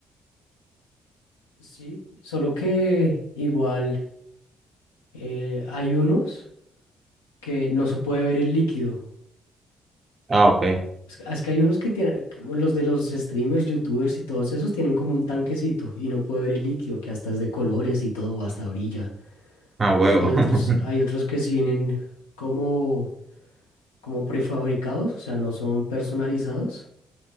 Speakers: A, on the left (about 85°); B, on the right (about 40°).
A: Sí, solo que igual eh, hay unos que no se puede ver el líquido.
B: Ah, ok.
A: Es que, es que hay unos que tienen, como los de los streamers, youtubers y todos esos tienen como un tanquecito y no puede ver el líquido, que hasta es de colores y todo, o hasta orilla.
B: Ah, huevo.
A: Hay otros,
B: <laughs>
A: hay otros que sí vienen como, como prefabricados, o sea, no son personalizados.